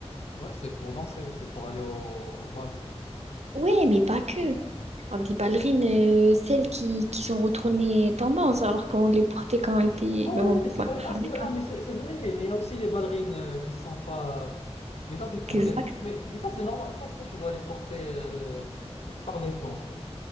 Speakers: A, on the left; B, on the right.
A: Ouais, c'est pour danser, c'est pour aller au au bal.
B: Ouais, mais pas que. Genre des ballerines, euh, celles qui, qui sont retournées tendance alors qu'on les portait quand on était...
A: Ah ouais,
B: Mais bon,
A: mais c'est
B: pas
A: vrai, ah,
B: pas
A: c'est
B: les
A: vrai,
B: cas.
A: ah, mais c'est c'est vrai, mais il y a aussi les ballerines euh, qui sont pas. euh, Mais ça, c'est pour
B: Exact.
A: les. Mais, mais ça, c'est normal, ça, ça, tu dois les porter euh, euh, par défaut, en fait.